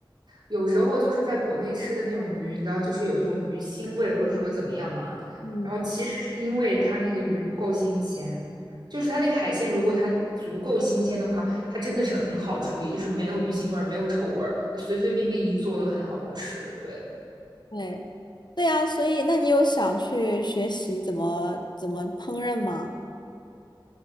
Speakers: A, on the right; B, on the left.
A: 有时候就是在国内吃的那种鱼，你知道，就是有一种鱼腥味，或者说怎么样嘛。
B: 嗯，
A: 然后其实是因为它那个鱼不够新鲜，就是它那个海鲜，如果它足够新鲜的话，它真的是很好处理，就是没有鱼腥味儿，没有臭味儿，就随随便便一做都很好吃。对，
B: 对对呀，所以那你有想去学习怎么怎么烹饪吗？